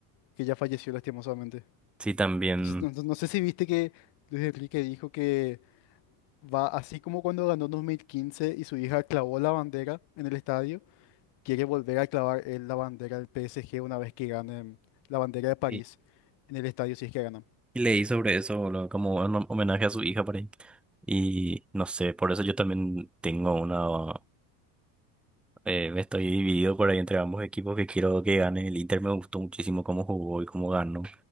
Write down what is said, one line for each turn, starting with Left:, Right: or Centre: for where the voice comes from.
Left: que ya falleció lastimosamente.
Centre: Sí, también.
Left: Entonces, no, no- no sé si viste que Luis Enrique dijo que va así como cuando ganó en 2015 y su hija clavó la bandera en el estadio. quiere volver a clavar él la bandera del PSG una vez que ganen la bandera de París
Centre: Y,
Left: en el estadio si es que ganan.
Centre: y leí sobre eso, boludo, como un homenaje a su hija por ahí. Y no sé, por eso yo también tengo una... eh, me estoy dividido por ahí entre ambos equipos que quiero que gane. El Inter me gustó muchísimo cómo jugó y cómo ganó.